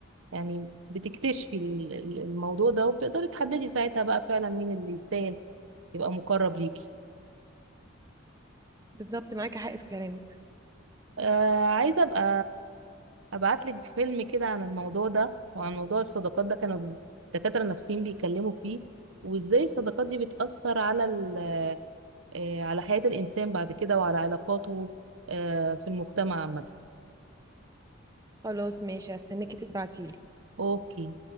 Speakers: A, on the right; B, on the right.
A: يعني بتكتشفي ال- ال- الموضوع ده وبتقدري تحددي ساعتها بقى فعلا مين اللي يستاهل يبقى مقرب ليكي
B: بالظبط معاكي حق في كلامك
A: آه عايزة أبقى أبعتلك فيلم كده عن الموضوع ده وعن موضوع الصداقات ده كانوا الدكاترة النفسيين بيتكلموا فيه وإزاي الصداقات دي بتأثر على ال آه على حياة الإنسان بعد كده وعلى علاقاته آه في المجتمع عامة
B: خلاص ماشي هستناكي تبعتيلي
A: أوكي